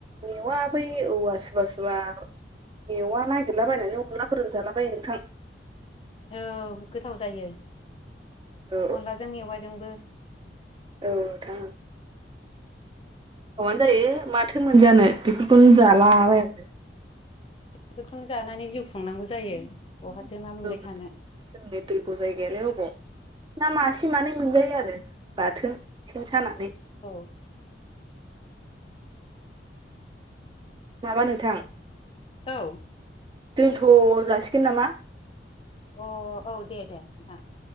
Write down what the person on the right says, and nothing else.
मेवा बै औवा सुबा - सुबा मेवआ नागिरलाबायनानै अनला फोरजाला बायो नोंथां
औ
औ थां हाबानो जायो माथो मोनजानो बेफोरखौनो जालाबायै
जोंनि
दैगु जायगायालाय अबाव ना मासे मानै मोनजायो आरो बाथोन सेन सानानै
माबा नोंथां
दोनथ' जासिगोन नामा